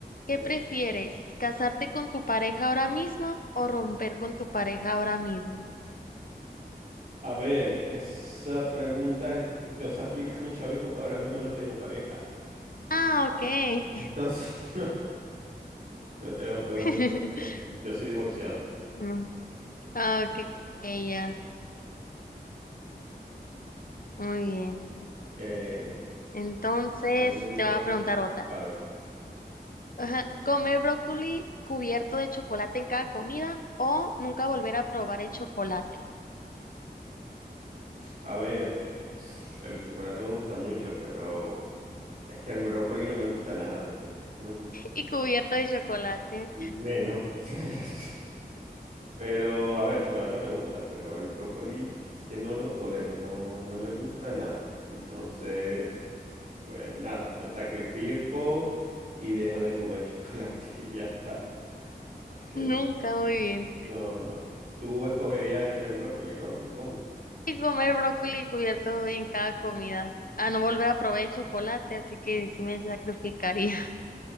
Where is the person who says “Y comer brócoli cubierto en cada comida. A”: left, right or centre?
Left